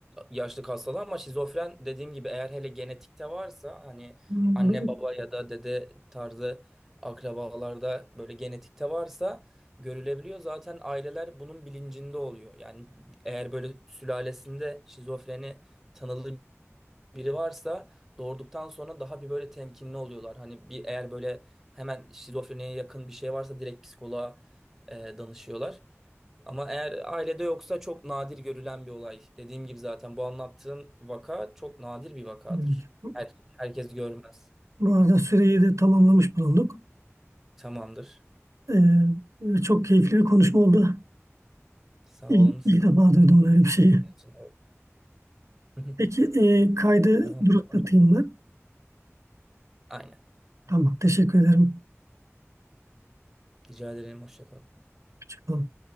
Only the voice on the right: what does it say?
bu-
Evet. Bu
bu arada süreyi de tamamlamış bulunduk.
Ee, çok keyifli bir konuşma oldu.
İlk,
ilk defa duydum böyle bir şeyi.
Peki e, kaydı
duraklatayım ben.
Tamam, teşekkür ederim.
Hoşça kalın.